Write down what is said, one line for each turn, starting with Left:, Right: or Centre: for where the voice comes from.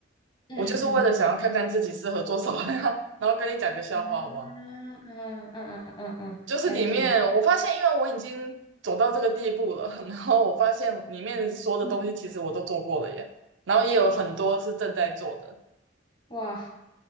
Left: 嗯嗯
Right: 我就是为了想要看看自己适合做什么呀，<laughs> 然后跟你讲个笑话好不好？
Left: 嗯，啊啊啊啊啊啊，
Right: 就是里面我发现，
Left: 了解了。
Right: 因为我已经走到这个地步了，<laughs> 然后我发现里面说的东西其实我都做过了耶，
Left: 嗯，
Right: 然后也有很多是正在做的。
Left: 哇，